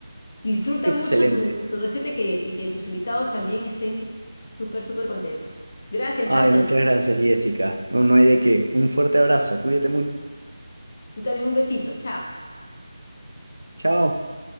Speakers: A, on the left (about 35°); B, on the right (about 80°).
A: Disfruta
B: Excelente.
A: mucho tu, tu receta y que, y que tus invitados también estén súper, súper contentos. Gracias,
B: Ay,
A: Anthony.
B: muchas gracias, Jessica. No, no hay de qué. Un fuerte abrazo. Cuídate mucho.
A: Tú también un besito. Chao.
B: Chao.